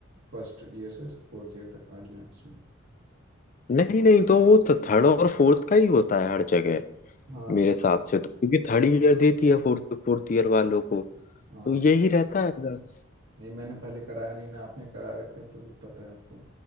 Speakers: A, on the right; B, on the left.
A: फर्स्ट ईयर से फोर्थ ईयर तक अट जाएं उसमें
B: नहीं नहीं तो वो थर्ड और फोर्थ का ही होता है हर जगह
A: हाँ
B: मेरे हिसाब से तो क्योंकि थर्ड ईयर देती है फोर्थ फोर्थ ईयर वालों को
A: हाँ
B: तो यही रहता है बस।
A: नहीं मैंने पहले कराया नहीं ना आपने करा रखा है तो पता है आपको